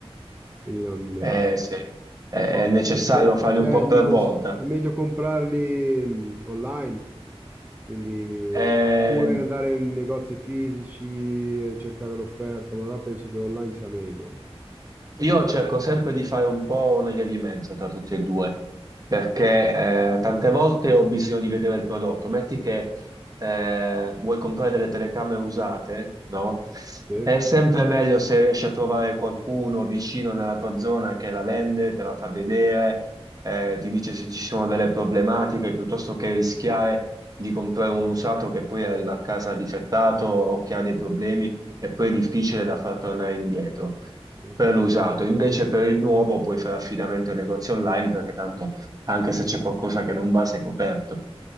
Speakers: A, on the right; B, on the right.
A: quindi non eh,
B: Eh sì, è
A: si può,
B: necessario
A: se-
B: farli
A: cioè,
B: un po'
A: mi
B: per
A: consig-
B: volta.
A: è meglio comprarli mh, online, Quindi,
B: Eh,
A: oppure andare in negozi fisici, eh, cercare l'offerta, però penso che online sia meglio.
B: io cerco sempre di fare un po' una via di mezzo tra tutti e due, perché eh, tante volte ho bisogno di vedere il prodotto. Metti che eh, vuoi comprare delle telecamere usate? No?
A: Sì?
B: È sempre meglio se riesci a trovare qualcuno vicino nella tua zona che la vende, te la fa vedere, eh, ti dice se ci sono delle problematiche, piuttosto che rischiare di comprare un usato che poi arriva a casa difettato o che ha dei problemi e poi è difficile da far tornare indietro.
A: Ok,
B: Per l'usato, invece per il nuovo puoi fare affidamento ai negozi online perché tanto anche se c'è qualcosa che non va, sei coperto,